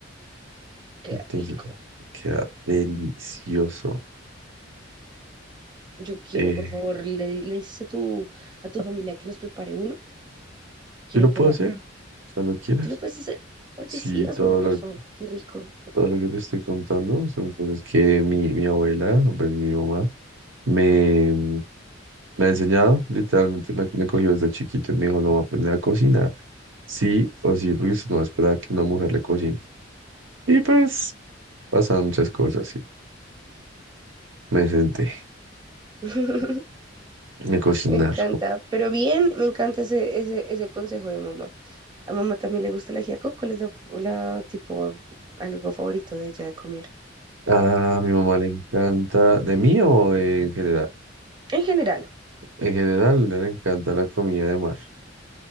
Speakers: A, on the right; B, on the right.
A: Qué
B: Entonces,
A: rico.
B: queda delicioso.
A: Yo quiero,
B: Eh,
A: por favor, le, le dices a tu, a tu familia que nos prepare uno. Quiero
B: yo lo
A: probarlo.
B: puedo hacer cuando quieras.
A: ¿Tú lo puedes hacer? Oye,
B: Sí,
A: sí, házmelo,
B: todo
A: por
B: lo,
A: favor. Qué rico.
B: todo lo que te estoy contando son cosas que mi, mi abuela, o pues mi mamá, me,
A: Ujú.
B: mm, me ha enseñado. Literalmente me, me cogió desde chiquito y me dijo, no, va a aprender a cocinar. Sí o sí, porque usted no espera que una mujer le cocine. Y pues pasan muchas cosas, sí. Me senté,
A: <laughs>
B: me cocinar.
A: Me encanta. Pero bien, me encanta ese, ese, ese consejo de mamá. A mamá también le gusta la ajiaco. ¿Cuál es la, la, tipo, algo favorito de ella de comer?
B: A mi mamá le encanta, ¿de mí o en general?
A: En general.
B: En general, le encanta la comida de mar,